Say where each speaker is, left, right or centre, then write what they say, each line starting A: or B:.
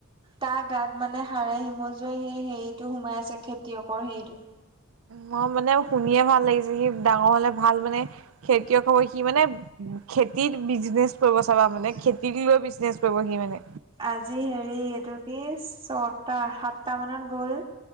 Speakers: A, on the right; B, on the right.
A: তাৰ গাত মানে হাড়ে সিমজুৱে সেই হেৰিটো সোমাই আছে খেতিয়কৰ হেৰিটো।
B: মই মানে শুনিয়ে ভাল লাগিছে সি ডাঙৰ হ'লে ভাল মানে খেতিয়ক হৈ সি মানে খেতিত বিজনেচ কৰিব চাবা মানে
A: উম
B: খেতিক লৈ বিজনেচ কৰিব সি মানে।
A: আজি হেৰি এইটো কি ছটা, সাতটা মানত গ'ল